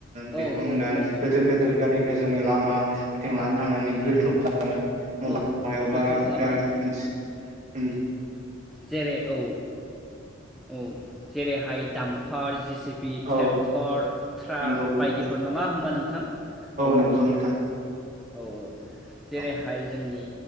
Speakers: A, on the right; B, in the centre.
A: बिथांमोना
B: औ औ नंगौ
A: गोदोर
B: नंगौ
A: गोदोर गारि गाय जोंनि लामा फोरथिं लानानै थांनानै गोथौ <unintelligible>
B: औ गोथौ खालामो
A: बिराद
B: नंगौ
A: मोनसि उम
B: जेरै औ औ जेरै हाइट दामफार जि पि ट्रेक्टर
A: औ
B: ट्राक
A: नंगौ नोंथां
B: बायदिफोर नङा होमबा नोंथां औ
A: नंगौ नोंथां
B: औ औ जेरैहाय
A: औ
B: जोंनि